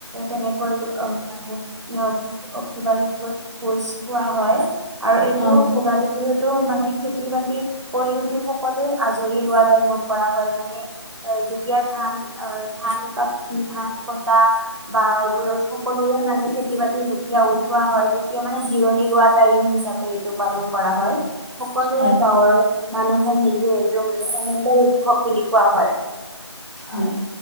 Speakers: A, on the right (about 75°); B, on the right (about 35°).
A: তেনেকৈ আহ মানে অ', ভোগালী বিহুত ভোজ খোৱা হয়। আৰু এইটো
B: অ'
A: ভোগালী বিহুত টো মানে খেতি বাতি কৰি উঠি সকলো আজৰি হোৱা টাইমত কৰা হয় মানে যেতিয়া ধান অ', ধান ক ধান কটা বা, সকলোৰে মানে খেতি বাতি যেতিয়া উঠোৱা হয় তেতিয়া মানে জিৰণি লোৱা টাইম হিচাপে এইটো পালন কৰা হয়। সকলোৱে
B: হয়,
A: গাঁৱৰ মানুহে মিলি <unintelligible> আনন্দৰ উৎসৱ বুলি কোৱা হয়।
B: হয়।